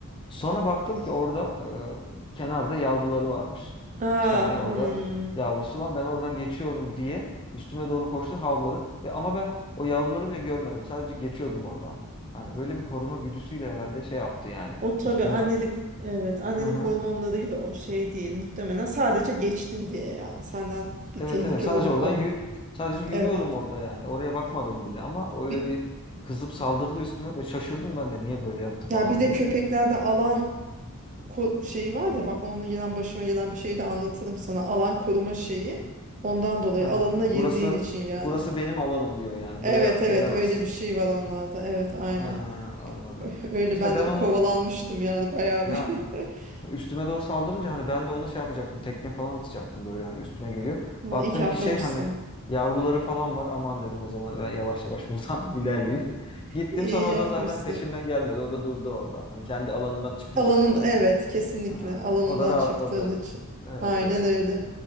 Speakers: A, on the left; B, on the right.
A: Sonra baktım ki orada e, kenarda yavruları varmış.
B: Aa,
A: İki tane orada
B: hmm.
A: yavrusu var. Ben oradan geçiyorum diye üstüme doğru koştu, havladı. Ve ama ben o yavruları bile görmedim. Sadece geçiyordum oradan. Yani böyle bir koruma güdüsüyle herhalde şey yaptı yani
B: O tabii
A: üstüme.
B: annelik evet annelik
A: Hı hı.
B: hormonlarıyla o şey değil muhtemelen sadece geçtin diye yani senden bir
A: Evet
B: tehlike
A: evet sadece
B: olup
A: oradan
B: ol.
A: yü- sadece yürüyorum
B: Evet.
A: orada yani. Oraya bakmadım bile ama o öyle
B: Bir,
A: bir kızıp saldırdı üstüme ve şaşırdım ben de niye böyle yaptı falan
B: ya bir de
A: diye.
B: köpeklerde alan ko- şeyi var ya bak onunla gelen başıma gelen bir şeyi de anlatırım sana. Alan koruma şeyi. Ondan dolayı
A: Ha,
B: alanına girdiğin
A: burası
B: için yani.
A: burası benim alanım diyor yani.
B: Evet
A: Buraya
B: evet
A: gelemezsin.
B: öyle bir şey var onlarda. Evet aynen.
A: Ha, anladım.
B: <laughs> Öyle
A: İşte
B: ben
A: ben
B: de bir
A: onu
B: kovalanmıştım yani bayağı
A: ya
B: bir. <laughs>
A: <laughs> üstüme doğru saldırınca hani ben de ona şey yapacaktım. Tekme falan atacaktım böyle hani üstüme geliyor.
B: Ha,
A: Baktım
B: İyi ki atmamışsın.
A: ki şey hani yavruları falan var. Aman dedim o zaman ben yavaş yavaş <laughs> buradan ilerleyeyim. <laughs> Gittim
B: <laughs> İyi
A: sonra
B: yapmışsın.
A: o da zaten peşimden gelmedi. O da durdu orada. Hani kendi alanından çıkınca
B: Alanında
A: sanırım.
B: evet kesinlikle
A: Ha,
B: alanından
A: o da rahatladı.
B: çıktığın için.
A: Evet
B: Aynen
A: evet.
B: öyle.